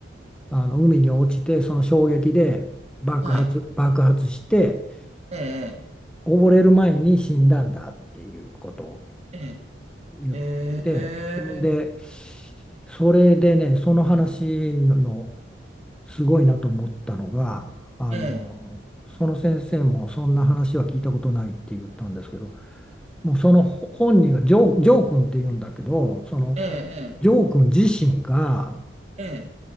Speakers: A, in the centre; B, on the right (about 35°).
A: あの海に落ちてその衝撃で爆発、
B: はい。
A: 爆発して
B: ええ、
A: 溺れる前に死んだんだっていうことを
B: え
A: 言ってんで
B: え、ええ、
A: それでね、その話のすごいなと思ったのが、あの、
B: ええ、
A: その先生もそんな話は聞いたことないって言ったんですけど、もうそのほ本人が、ジョー、ジョー君って言うんだけど、その
B: ええ、
A: ジョー君自身が、
B: ええ、